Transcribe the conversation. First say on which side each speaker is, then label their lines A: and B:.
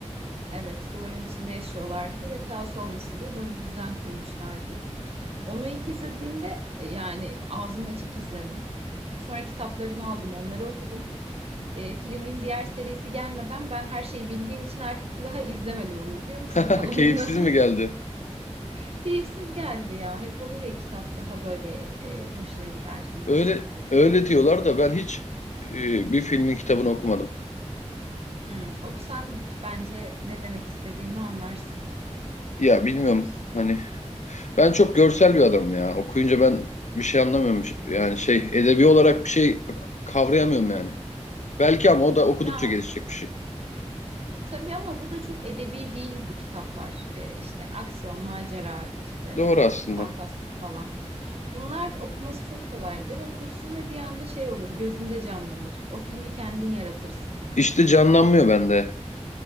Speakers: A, on the right (about 55°); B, on the left (about 85°).
A: evet, duvarın içinde yaşıyorlardı ve kaos olmasın diye böyle bir düzen kurmuşlardı. Onu ilk izlediğimde e, yani ağzım açık izledim. Sonra kitaplarını aldım, onları okudum. Ee, filmin diğer serisi gelmeden ben her şeyi bildiğim için artık bir daha izlemedim onu biliyor musun
B: <laughs>
A: kalanını.
B: Keyifsiz mi geldi?
A: <laughs> Keyifsiz geldi ya. Hep olur ya kitap daha böyle e, hoşuna gider, ilgi
B: Öyle
A: çekici.
B: öyle diyorlar da ben hiç ee, bir filmin kitabını okumadım.
A: Hmm, okusan bence ne demek istediğimi anlarsın.
B: Ya bilmiyorum hani ben çok görsel bir adamım ya. Okuyunca ben bir şey anlamıyorum. Yani şey edebi olarak bir şey kavrayamıyorum yani. Belki ama o da okudukça
A: Ya
B: gelişecek bir şey.
A: tabii ama bu da çok edebi değil bu kitaplar. Ee, işte aksiyon, macera, işte
B: Doğru aslında.
A: fantastik falan. Bunlar okuması çok kolaydır. Okursun ve bir anda şey olur, gözünde canlanır. O filmi kendin yaratırsın yani.
B: İşte canlanmıyor bende.